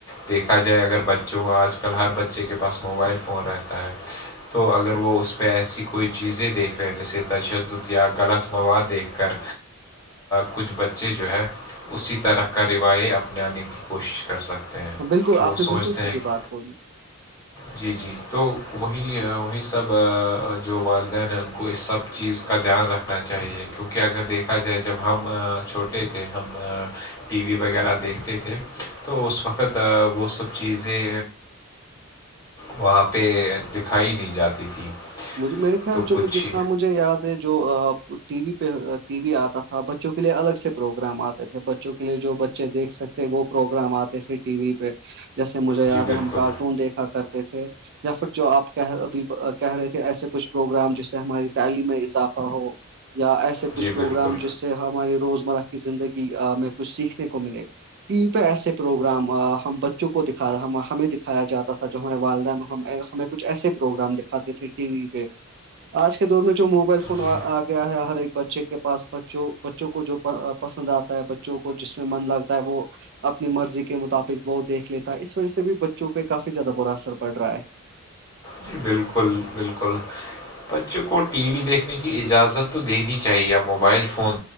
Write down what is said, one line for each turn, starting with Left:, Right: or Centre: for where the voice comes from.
Left: دیکھا جائے اگر بچوں آج کل ہر بچے کے پاس موبائل فون رہتا ہے تو اگر وہ اس پہ ایسی کوئی چیزیں دیکھ رہے ہیں جیسے تشدد یا غلط مواد دیکھ کر کچھ بچے جو ہے اسی طرح کا رواییہ اپنانے کی کوشش کر سکتے ہیں
Right: بالکل
Left: کہ
Right: آپ
Left: وہ
Right: نے
Left: سوچتے
Right: بالکل صحیح
Left: ہیں کہ
Right: بات بولی
Left: جی جی تو وہیں وہیں سب جو والدین ہیں ان کو اس سب چیز کا دھیان رکھنا چاہیے کیونکہ اگر دیکھا جائے جب ہم چھوٹے تھے ہم ٹی وی وغیرہ دیکھتے تھے تو اس وقت وہ سب چیزیں وہاں پہ دکھائی نہیں جاتی تھی
Right: مجھ میرے خیال
Left: تو
Right: جو
Left: کچھ
Right: مج جتنا مھے یاد ہے جو ٹی وی پہ ٹی وی آتا تھا بچوں کے لیے الگ سے پروگرام آتے تھے بچوں کے کے لیے جو بچے دیکھ سکتے وہ پروگرام آتے تھے ٹی وی پہ جیسے مجھے یاد
Left: جی بالکل
Right: ہے ہم کارٹون دیکھا کرتے تھے یا پھر جو آپ کہ کہہ رہے تھے ایسے کچھ پروگرام جیسے ہماری تعلیم میں اضافہ ہو یا ایسے کچھ
Left: جی
Right: پروگرام
Left: بالکل
Right: جس ہماری روزمرہ کی زندگی ہمیں کچھ سیکھنے کو ملے ٹی وی پہ ایسے پروگرام ہم بچوں کو دکھا رہا ہمیں دکھایا جاتا تھا جو ہمارے والدین ہم ہمیں کچھ ایسے پروگرام دکھاتے تھے ٹی وی پہ آج کے دور میں جو موبائل فون
Left: جی
Right: گیا ہے ہر ایک بچے کے پاس بچ بچوں کو جو پسند آتا ہے بچوں کو جس میں من لگتا ہے وہ اپنی مرضی کے مطابق وہ دیکھ لیتا ہے اس وجہ سے بھی بچوں پہ کافی زیادہ برا اثر پڑ رہا ہے
Left: جی بالکل بالکل بچوں کو ٹی وی دیکھنے کی اجازت تو دینی چاہیے موبائل فون